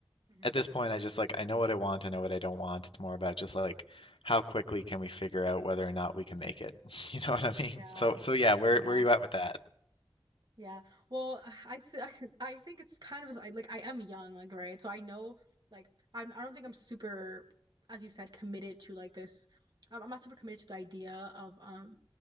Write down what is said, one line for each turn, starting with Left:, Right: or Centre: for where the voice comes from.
Right: hmm
Left: at this point, I just like I know what I want, I know what I don't want. It's more about just like how quickly can we figure out whether or not we can make it. <laughs> You know what I mean?
Right: Yeah.
Left: So so yeah, where
Right: Yeah.
Left: where are you at with that?
Right: Yeah. Well, I, s- I <laughs> I think it's kind of I like I am young, like right. So I know like I'm I don't think I'm super, as you said, committed to like this. I'm, I'm not super committed to the idea of um